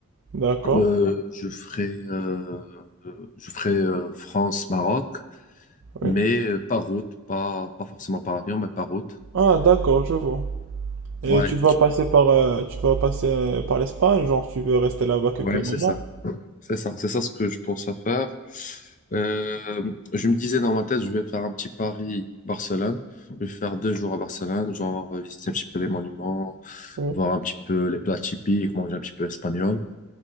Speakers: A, on the right (about 65°); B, on the left (about 35°).
A: d'accord,
B: Euh, je ferai euh, euh, je ferai euh, France-Maroc,
A: oui.
B: mais euh, par route, pas pas forcément par avion, mais par route.
A: Ah, d'accord, je vois. Et
B: Ouais,
A: tu vas passer par, euh, tu vas passer par l'Espagne, genre tu veux rester là-bas quelques
B: ouais,
A: moments?
B: c'est ça, c'est ça, c'est ça ce que je pense à faire. Euh, je me disais dans ma tête, je vais faire un petit Paris-Barcelone. Je vais faire deux jours à Barcelone, genre euh, visiter un petit peu les monuments,
A: Oui.
B: voir un petit peu les plats typiques, manger un petit peu espagnol.